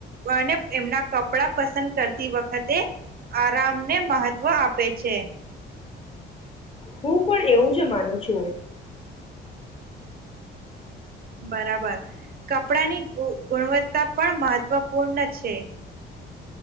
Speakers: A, on the right; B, on the left.
A: મને એમના પપ પસંદ કરતી વખતે આરામને મહત્વ આપે છે.
B: હું પણ એવું જ માનું છું.
A: બરાબર કપડાની ગુ ગુણવત્તા પણ મહત્વપૂર્ણ છે.